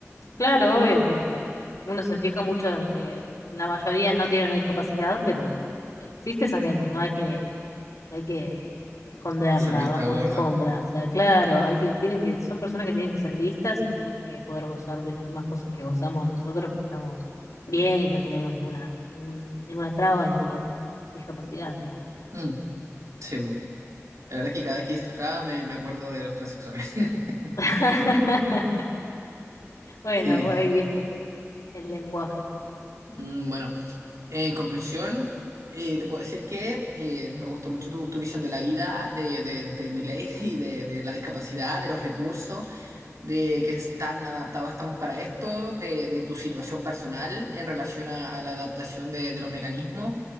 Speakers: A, on the left; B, on the right.
A: claro, obvio, porque uno se fija mucho en que la mayoría no tiene una discapacidad, pero existe esa gente, no hay que hay que esconderla
B: Hacer vista
A: bajo
B: gorda.
A: una alfombra. O sea, claro, hay que, tienen que, son personas que tienen que ser vistas y tienen que poder gozar de las mismas cosas que gozamos nosotros, que estamos bien y no tenemos ninguna, ningún, ninguna traba, ninguna discapacidad, ¿no?
B: Mm, sí, pues. la verdad es que cada vez que dices traba me, me acuerdo de los transexuales. <laughs>
A: <laughs> Bueno,
B: Eh,
A: por ahí viste el lenguaje.
B: mm, bueno. En conclusión, eh, te puedo decir que eh, me gustó mucho tu, tu visión de la vida, de, de, de Milei <laughs> y de, de la discapacidad, de los recursos, de que tan adaptados estamos para esto, de, de tu situación personal en relación a, a la adaptación de, de los mecanismos.